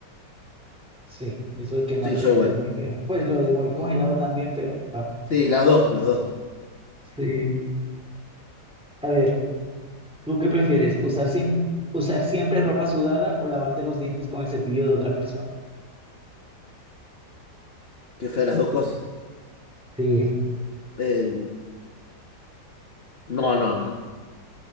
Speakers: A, in the centre; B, on the left.
A: Sí, eso de quemarse
B: Sí, yo
A: debe
B: igual.
A: ser muy feo. Pues lo de morir congelado también, pero ah,
B: Sí, las dos, las dos.
A: sí. A ver, ¿tú qué prefieres? ¿Usar, siem- usar siempre ropa sudada o lavarte los dientes con el cepillo de otra persona?
B: Qué fea las dos cosas.
A: Sí,
B: Eh, no, no, no.